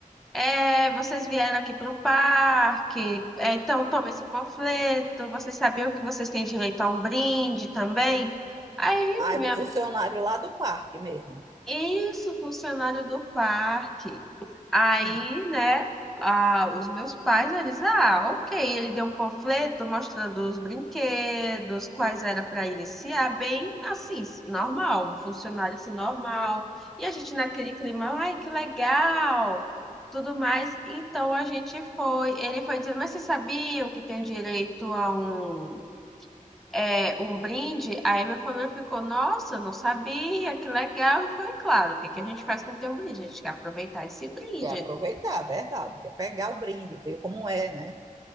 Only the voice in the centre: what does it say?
é, vocês vieram aqui para o parque. é, então toma esse panfleto. Vocês sabiam que vocês têm direito a um brinde também?" Aí
minha
isso, funcionário do parque. Aí,
né, ah, os meus pais, eles, ah, ok, ele deu um panfleto mostrando os brinquedos, quais era para iniciar, bem assim, normal, um funcionário assim, normal. E a gente naquele clima, ai, que legal, tudo mais. Então a gente foi, ele foi dizendo, mas vocês sabiam que tem direito a um é, um brinde, aí minha família ficou, nossa, não sabia, que legal. E foi claro, o que que a gente faz quando tem um brinde? A gente quer aproveitar esse brinde.